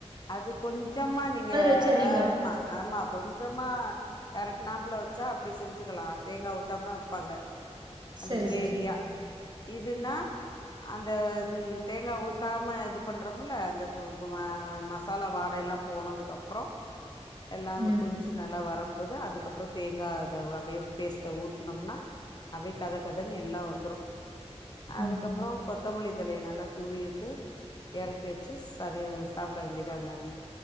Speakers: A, on the left; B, on the right.
A: அது கொஞ்சமா நீங்க
B: வச்சிடுறீங்க
A: ஆமா ஆமா கொஞ்சமா பெரட்னாப்ல‌ வச்சா அப்டி செஞ்சுக்கலா தேங்கா ஊத்தாம வெப்பாங்க அந்த
B: சரி
A: கிரேவியா
B: சரி
A: இதுன்னா அந்த ம் தேங்கா ஊத்தாம இது பண்றோம்ல அந்த கும் குமா மசாலா வாடை எல்லா போனதுக்கப்றோ எல்லா
B: ம்
A: கொதிச் ச்சு நல்லா வரம்போது அதுக்கப்றோ தேங்கா அத அப்டியே பேஸ்ட்ட ஊத்துனோம்னா அப்டியே கத கதன்னு எல்லா வந்துரு அதுக்கப்றோ
B: ம்
A: கொத்தமல்லி தழைய நல்லா தூவியுட்டு எறக்கி வச்சு சரி சாப் கூட வேண்டியதா எல்லாமே